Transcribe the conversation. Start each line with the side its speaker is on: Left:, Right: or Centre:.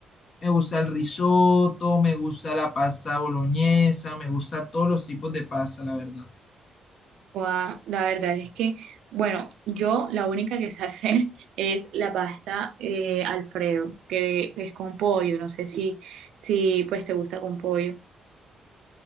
Left: Me gusta el risotto, me gusta la pasta boloñesa, me gusta todos los tipos de pasta, la verdad.
Right: Gua- la verdad es que, bueno, yo la única que sé hacer <laughs> es la pasta eh, Alfredo, que es con pollo. No sé si, si pues te gusta con pollo.